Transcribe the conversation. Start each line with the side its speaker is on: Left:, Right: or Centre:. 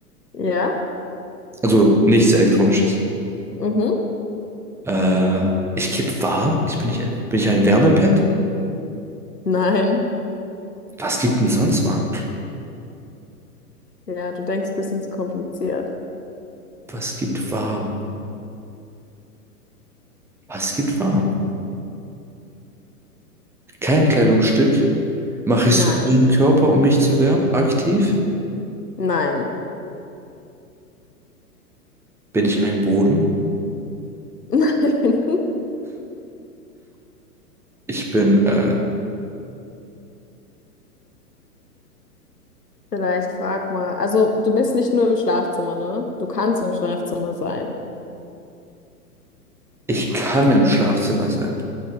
Left: Ja.
Centre: Also nichts Elektronisches.
Left: Mhm.
Centre: Äh, ich gebe warm. Ich bin nicht, bin ich ein Wärmepad?
Left: Nein.
Centre: Was gibt denn sonst warm?
Left: Ja, du denkst ein bisschen zu kompliziert.
Centre: Was gibt warm? Was gibt warm? Kein Kleidungsstück. Mache ich
Left: Nein.
Centre: es um den Körper, um mich zu wärmen? Aktiv?
Left: Nein.
Centre: Bin ich ein Boden?
Left: <laughs> Nein.
Centre: Ich bin, äh,
Left: Vielleicht frag mal. Also, du bist nicht nur im Schlafzimmer, ne? Du kannst im Schlafzimmer sein.
Centre: ich kann im Schlafzimmer sein.